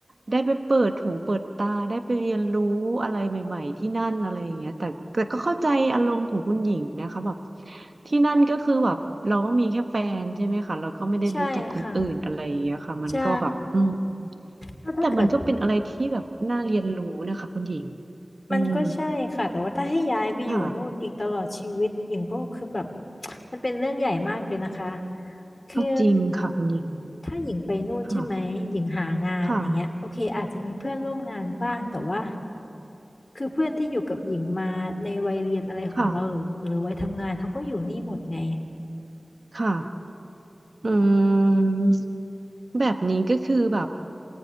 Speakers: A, on the right; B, on the left.
A: ได้ไปเปิดหูเปิดตาได้ไปเรียนรู้อะไรใหม่ๆที่นั่นอะไรอย่างเงี้ยแต่แต่ก็เข้าใจอารมณ์ของคุณหญิงนะคะแบบที่นั่นก็คือแบบเราก็มีแค่แฟนใช่ไหมคะเราก็ไม่ได้รู้จักคนอื่นอะไรอย่างเงี้ยค่ะมันก็แบบอืม
B: ใช่ค่ะใช่ก็ถ้าเกิด
A: แต่มันก็เป็นอะไรที่แบบน่าเรียนรู้นะคะคุณหญิงอืม
B: มันก็ใช่ค่ะแต่ว่าถ้าให้ย้ายไปอยู่นู่นอีกตลอดชีวิตหญิงก็คือแบบ
A: ค่ะ
B: <tsk> มันเป็นเรื่องใหญ่มากเลยนะคะคือ
A: ก็จริงค่ะคุณหญิง
B: ถ้าหญิงไปนู่นใช่ไหมหญิงหางานอย่างเงี้ยโอเคอาจจะมีเพื่อนร่วมงานบ้างแต่ว่า
A: ค่ะ ค่ะ
B: คือเพื่อนที่อยู่กับหญิงมาในวัยเรียนอะไรของเราหรือหรือวัยทำงานเขาก็อยู่นี่หมดไง
A: ค่ะค่ะอืม
B: อืม
A: แบบนี้ก็คือแบบ